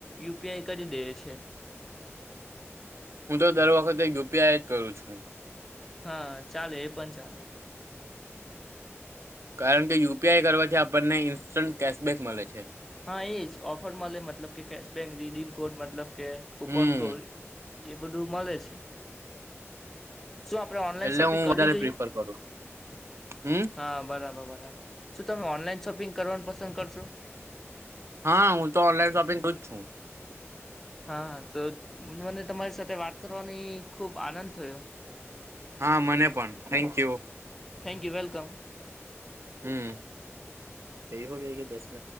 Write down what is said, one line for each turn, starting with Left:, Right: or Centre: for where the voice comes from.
Centre: યુપીઆઈ કરી દઈએ છે.
Right: હું તો દર વખતે યુપીઆઈ જ કરું છું.
Centre: હા ચાલે એ પણ ચાલે.
Right: કારણ કે યુપીઆઈ કરવાથી આપણને ઈન્સ્ટન્ટ કેશબેક મલે છે.
Centre: હા એ જ ઓફર મલે મતલબ કે કેશબેક, રિડીમ કોડ મતલબ કે
Right: હમ
Centre: કુપન કોઈ એ બધું મલે છે. શું આપણે ઓનલાઈન
Right: એટલે
Centre: શોપિંગ
Right: હું
Centre: કરવી
Right: વધારે
Centre: જોઈએ?
Right: પ્રિફર કરું હમ
Centre: હા બરાબર બરાબર શું તમે ઓનલાઈન શોપિંગ કરવાનું પસંદ કરશો?
Right: હા હું તો ઓનલાઈન શોપિંગ કરું જ છું.
Centre: હા તો મને તમારી સાથે વાત કરવાની ખુબ આનંદ થયો.
Right: હા મને પણ થેન્કયુ
Centre: થેન્ક યુ વેલકમ
Right: હમ એ હો ગયા કે દસ <inaudible>